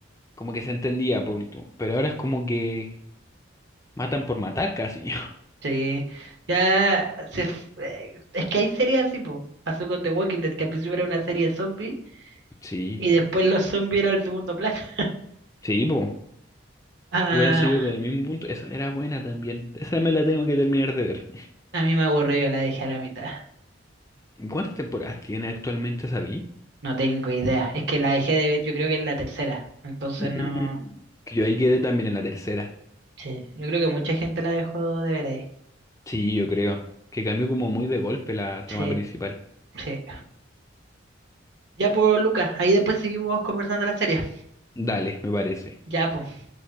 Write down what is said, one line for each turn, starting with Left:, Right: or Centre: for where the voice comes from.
Left: como que se entendía por último. Pero ahora es como que matan por matar casi. <laughs>
Right: Sí, ya se, f- eh, es que hay series así, po. Pasó con The Walking Dead, que al principio era una serie de zombies
Left: Sí,
Right: y después los zombies eran el segundo plano. <laughs>
Left: sí, pues.
Right: Ah,
Left: Hubieran sido con el mismo punto. Esa era buena también. Esa me la tengo que terminar de ver.
Right: a mí me aburrió, la dejé a la mitad.
Left: ¿Cuántas temporadas tiene actualmente Sabi?
Right: No tengo idea. Es que la dejé de ver, yo creo que es la tercera. Entonces
Left: Mm,
Right: no.
Left: que yo ahí quedé también en la tercera.
Right: Sí, yo creo que mucha gente la dejó de ver ahí.
Left: Sí, yo creo. Que cambió como muy de golpe la trama
Right: Sí,
Left: principal.
Right: sí. Ya pues, Lucas, ahí después seguimos conversando la serie.
Left: Dale, me parece.
Right: Ya pues.